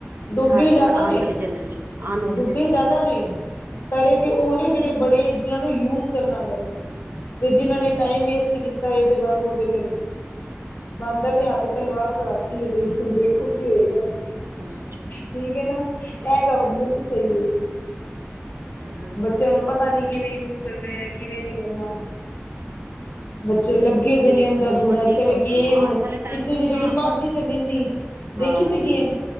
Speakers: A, on the left; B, on the right.
A: ਡੁੱਬੇ
B: ਖਾਸ
A: ਜ਼ਿਆਦਾ
B: ਕਰ ਆਉਣ
A: ਨੇ
B: ਵਾਲੀ ਜਨਰੇਸ਼ਨ ਆਉਣ ਵਾਲੀ
A: ਡੁੱਬੇ
B: ਜਨਰੇਸ਼ਨ
A: ਜ਼ਿਆਦਾ ਨੇ ਤਰੇ
B: ਵੀ
A: ਤੇ ਉਹ ਨੇ ਜਿਹੜੇ ਬੜੇ ਜਿਨ੍ਹਾਂ ਨੂੰ ਯੂਜ ਕਰਨਾ ਆ ਤੇ ਜਿਨ੍ਹਾ
B: ਹਾਂ
A: ਨੇ ਟਾਈਮ ਵੇਸਟ ਈ ਕੀਤਾ ਏ ਤੇ ਬਸ ਉਹਦੇ ਫਿਰ, ਬਾਂਦਰ ਦੇ ਹੱਥ ਤਲਵਾਰ ਫੜਾ ਧੀ ਪਈ ਹੁਣ ਦੇਖੋ ਕੀ ਹੋਏਗਾ।
B: ਹੂੰ
A: ਠੀਕ ਏ ਨਾ ਇਹ ਕਾਵਤ ਬਿਲਕੁੱਲ ਸਈ ਏ।
B: ਹੋਰ
A: ਬੱਚਿਆਂ ਨੂੰ ਪਤਾ ਨੀ ਕਿਵੇਂ ਯੂਜ ਕਰਨਾ ਐ ਕਿਵੇਂ ਨੀ ਕਰਨਾ।
B: <inaudible>
A: ਬੱਚੇ ਲੱਗੇ
B: ਬੜੀ
A: ਦੇ ਨੇ ਅੰਦਾ
B: ਬਹੁਤ
A: ਦੂੰਦਾ
B: ਵੱਡੀ
A: ਅੱਜ-ਕੱਲ੍ਹ
B: ਪ੍ਰੋਬਲਮ
A: ਗੇਮ
B: ਆਣ ਵਾਲੇ ਟਾਈਮ
A: ਪਿੱਛੇ
B: ਤੇ ਕੋਣ
A: ਜਿਹੀ ਜਿਹੜੀ
B: ਆਣ
A: ਪਬਜੀ
B: ਵਾਲ
A: ਚੱਲੀ ਸੀ। ਦੇਖੀ
B: ਹਾਂ ਉਹ
A: ਸੀ ਗੇਮ?